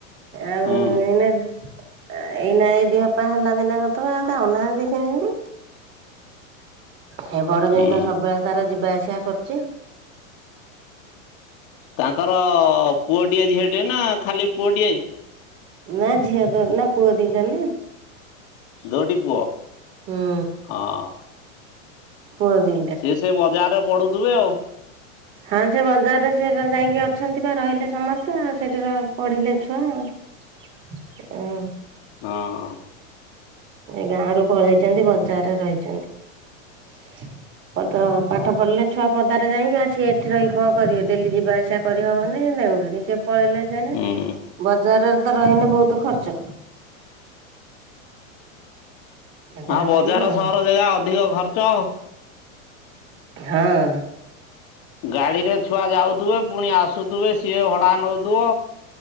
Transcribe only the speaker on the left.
ହୁଁ
ହୁଁ
ତାଙ୍କର ପୁଅଟିଏ ଝିଅଟେ ନା ଖାଲି ପୁଅଟିଏ?
ଦୁଇଟି ପୁଅ-
ହଁ।
ସିଏ ସେ ବଜାର୍ ରେ ପଢୁଥିବେ ଆଉ।
ହଁ।
ହଁ ହୁଁ
ଆଉ ବଜାର
ସହର ଜାଗା ଅଧିକ ଖର୍ଚ୍ଚ ଆଉ।
ଗାଡିରେ ଛୁଆ ଯାଉଥୁବେ ପୁଣି ଆସୁଥୁବେ ସିଏ ଭଡା ନଉଥିବ